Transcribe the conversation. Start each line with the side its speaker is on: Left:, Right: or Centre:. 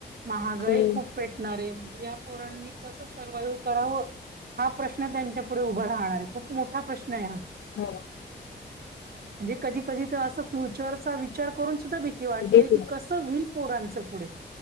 Right: महागाई
Left: हम्म.
Right: खूप पेटणार आहे म्हणजे या पोरणनी कसं सर्वाइव करावं हा प्रश्न त्यांच्या पुढे उभा राहणार आहे खूप मोठा प्रश्न आहे हा
Left: हो.
Right: म्हणजे कधी- कधी तर असं फ्युचरचा विचार करून सुद्धा भीती वाटते
Left: तेच
Right: की
Left: ना.
Right: कसं होईल पोरांचं पुढे